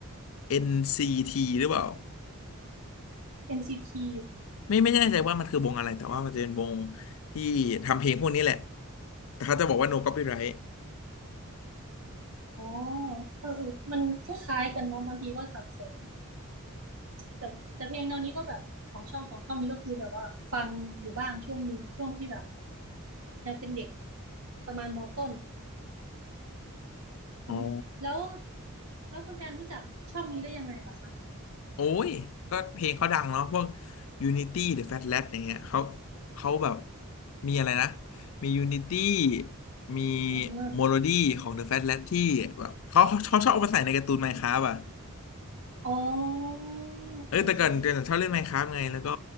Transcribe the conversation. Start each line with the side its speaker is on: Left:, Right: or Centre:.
Left: NCT หรือเปล่า
Right: NCT อนซีที
Left: ไม่ไม่แน่ใจว่ามันคือวงอะไรแต่ว่ามันจะเป็นวงที่ทำเพลงพวกนี้แหละแต่เขาจะบอกว่า no copyright
Right: อ๋อเออเออมันคล้ายๆกันเนาะบางทีก็สับสนแต่แต่เพลงแนวนี้ก็แบบของช่องของช่องนี้ก็คือแบบว่าฟังอยู่บ้างช่วงหนึ่งช่วงที่แบบยังเป็นเด็กประมาณมต้น
Left: อ๋อ
Right: อืมแล้วแล้วคุณแทนรู้จักช่องนี้ได้ยังไงล่ะคะ
Left: โอ้ยก็เพลงเขาดังเนาะพวก Unity หรือ Fat Lab อย่างเงี้ยเขาเขาแบบมีอะไรนะมี Unity มี
Right: เอ๋อ
Left: Melody ของ The Fat Lab ที่แบบเขาเขาเขาชอบเอามาใส่ในการ์ตูน Minecraft อ่ะ
Right: อ๋อ
Left: เออแต่ก่อนเดี๋ยวชอบเล่น
Right: โอเค
Left: Minecraft ไงแล้วก็